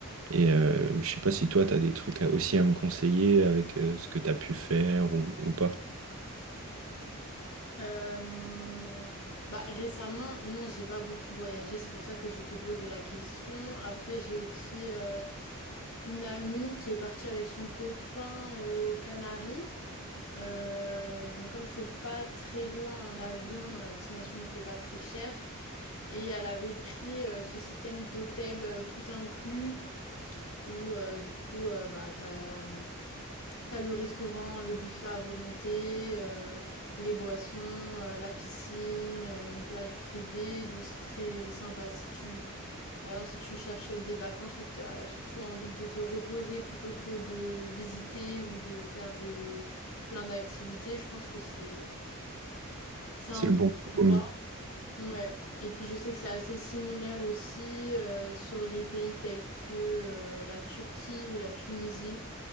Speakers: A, on the right (about 65°); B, on the left (about 75°).
A: Et euh, je sais pas si toi, tu as des trucs à- aussi à me conseiller avec euh, ce que tu as pu faire ou, ou pas.
B: Euh, bah récemment, non, j'ai pas beaucoup voyagé, c'est pour ça que je te posais la question. Après, j'ai aussi euh, une amie qui est partie avec son copain aux Canaries. Euh, donc comme c'est pas très loin en avion, la destination n'était pas très chère et elle avait pris euh, ce système d'hôtel euh, tout inclus où euh, du coup euh, bah t'as T'as le restaurant, le buffet à volonté, euh, les boissons, euh, la piscine, euh, une plage privée, donc c'est très sympa. Si tu, par exemple, si tu cherches des vacances où tu as surtout envie de te reposer plutôt que de visiter ou de faire des plein d'activités, je pense que c'est c'est un
A: C'est
B: bon
A: le bon compromis.
B: endroit. Ouais. Et puis je sais que c'est assez similaire aussi euh, sur les pays tels que euh, la Turquie ou la Tunisie.